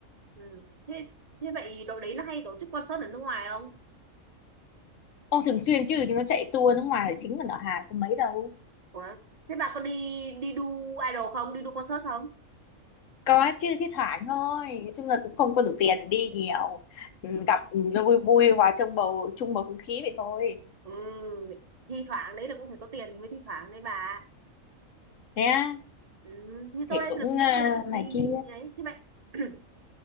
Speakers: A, on the right (about 40°); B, on the left (about 70°).
A: Ừ. Thế thế vậy đội đấy nó hay tổ chức concert ở nước ngoài không?
B: Ô, thường xuyên chứ chúng nó chạy tour nước ngoài thì chính là ở Hàn có mấy đâu
A: Ủa, thế bà có đi đi đu idol không? Đi đu concert không?
B: có chứ thi thoảng thôi nói chung là cũng không có đủ tiền để đi nhiều
A: Ừ.
B: ừ, gặp ừ, nó vui vui hòa trong bầu chung bầu không khí vậy thôi
A: Ừ, thi thoảng đấy là cũng phải có tiền thì mới thi thoảng đấy bà
B: nhé
A: ừ, như tôi
B: thì
A: đây
B: cũng
A: thì làm gì
B: à,
A: có tiền mà
B: này
A: đi
B: kia
A: đấy thế vậy <clears throat>